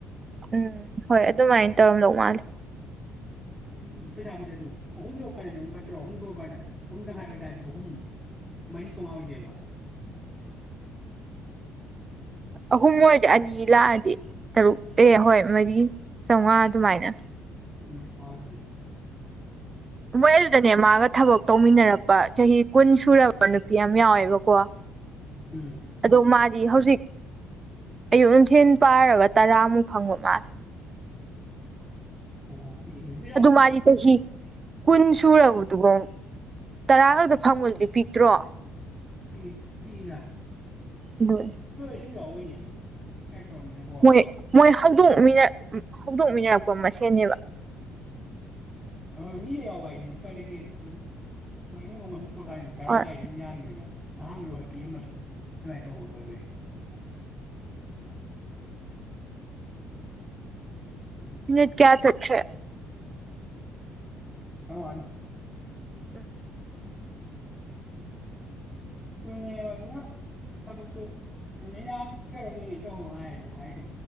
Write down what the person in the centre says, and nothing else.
ꯎꯝ ꯑꯗꯨ ꯄꯩꯁꯥꯕꯨꯗꯤ ꯑꯗꯨ ꯑꯍꯨꯝ ꯌꯧꯔꯀꯥꯟꯗꯗꯤ ꯑꯃꯨꯛ ꯐꯠꯇ꯭ꯔꯣ ꯑꯍꯨꯝ ꯌꯧꯀꯥꯟꯗ ꯑꯍꯨꯝꯗꯪ ꯍꯥꯏꯥꯏꯕꯇꯥꯥꯔꯗꯤ ꯑꯍꯨꯝ ꯃꯔꯤ ꯆꯥꯝꯃꯉꯥ ꯑꯣꯏꯗꯦꯕ
ꯃꯁꯨꯅꯀꯜ ꯐ
ꯎꯝ
ꯑꯣ ꯄꯤꯏꯅꯤ ꯄꯖꯥ
ꯄꯤꯑꯏ
ꯄ ꯄꯤꯗꯥ
ꯁꯨꯝ ꯌꯥꯎꯋꯦꯅꯦ ꯁꯨꯝ ꯀꯩꯅꯣ ꯇꯧꯔꯃꯤꯅꯀꯣ
ꯑꯣ ꯃꯤꯗ ꯌꯥꯎꯕ ꯍꯥꯏꯁꯤꯗꯤ ꯎꯄꯥꯏ ꯂꯩꯇꯦꯅꯦ ꯑꯗꯨꯁꯨ ꯃꯣꯏ ꯏꯃꯨꯡ ꯑꯃꯨꯨꯝ ꯄꯨꯔꯛꯀꯥꯟꯗꯗꯤ ꯇꯔꯥꯒꯥꯏꯁꯤꯦ
ꯑꯗꯨꯝ ꯌꯥꯝꯃꯤꯗꯅ ꯑꯍꯥꯟꯕꯗꯈꯔ ꯄꯤꯑꯃꯁꯨ ꯑꯗꯨꯃꯥꯏꯅ ꯇꯧꯕ ꯀ ꯑꯣꯏꯕꯏ
<unintelligible> ꯎꯝ
ꯍꯧ
ꯑꯗꯨꯅꯦꯕ ꯑꯗꯨꯅ ꯊꯕꯛꯇꯨ ꯑꯗꯨꯅꯦ ꯅꯍꯥꯟ ꯀꯩꯗꯧꯗꯣꯏꯅꯦ ꯇꯧꯍꯔꯣ ꯍꯥꯏꯗꯣ ꯍꯥꯏꯗꯣ